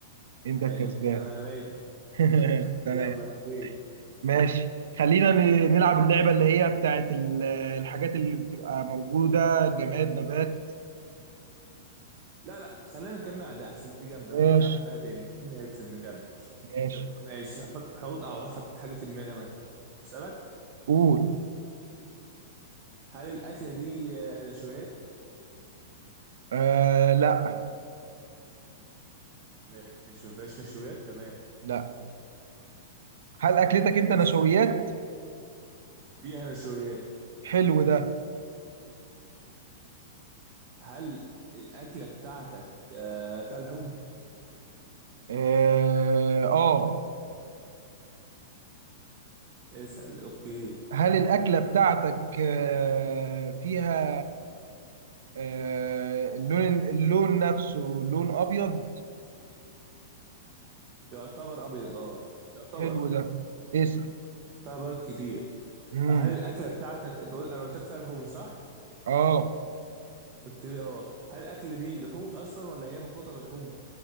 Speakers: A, on the right; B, on the right.
A: انت
B: حلو
A: الكسبان
B: انا ماشي
A: <laughs> تمام
B: يلا اوكي
A: ماشي خلينا ن- نلعب اللعبة اللي هي بتاعت ال- الحاجات اللي بتبقى موجودة جماد نبات
B: لا لا خلينا نكمل على ده احسن دي جامده
A: ماشي
B: ممكن نلعب بيها تاني مين هيكسب نكمل
A: ماشي
B: طب ماشي حط حط أو حطيت حاجة في دماغي أنا أسألك
A: قول
B: هل الأكلة دي آه، نشويات؟
A: آه لا
B: ماشي ما فيهاش نشويات تمام
A: لا هل أكلتك أنت
B: اسأل
A: نشويات؟
B: فيها نشويات
A: حلو ده
B: هل الأكلة بتاعتك آه، فيها لحوم؟
A: آه, آه
B: اسأل أوكي
A: هل الأكلة بتاعتك آه فيها آه اللون اللون نفسه لون أبيض؟
B: يعتبر أبيض أه يعتبر
A: حلو ده اسأل
B: فيها بيض كتير
A: مم.
B: هل الأكلة بتاعتك أنت قلت- أنا قلت لك فيها لحوم صح؟
A: آه
B: قلت لي أه هل الأكلة دي لحوم أصلا ولا هي مخلوطة بلحوم؟